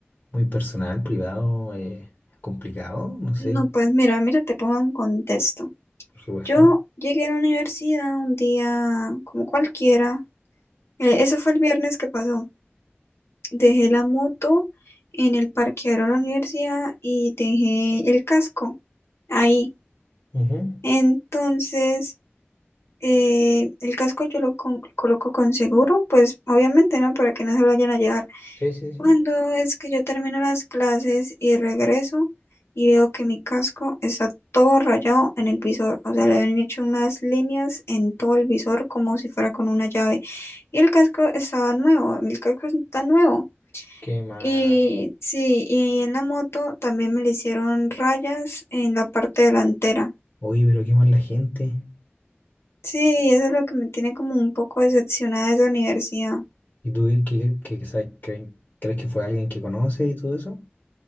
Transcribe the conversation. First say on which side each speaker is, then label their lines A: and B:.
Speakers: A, on the left; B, on the left.
A: muy personal, privado, eh, complicado, no sé,
B: No, pues mira, mira, te pongo en contexto.
A: por supuesto.
B: Yo llegué a la universidad un día como cualquiera. eh, eso fue el viernes que pasó. Dejé la moto en el parqueadero de la universidad y dejé el casco ahí.
A: Ujú.
B: Entonces, eh, el casco yo lo con- coloco con seguro, pues obviamente, ¿no? Para que no se lo vayan a llevar.
A: Sí, sí, sí.
B: Cuando es que yo termino las clases y regreso y veo que mi casco está todo rayado en el visor, o sea, le habían hecho unas líneas en todo el visor como si fuera con una llave. Y el casco estaba nuevo, el casco está nuevo.
A: Qué mal.
B: Y sí, y en la moto también me le hicieron rayas en la parte delantera.
A: Oye, pero qué mal la gente.
B: Sí, eso es lo que me tiene como un poco decepcionada de esa universidad.
A: ¿Y tú qué, qué- qué- qué sabes? ¿Creen- ¿Crees que fue alguien que conoce y todo eso?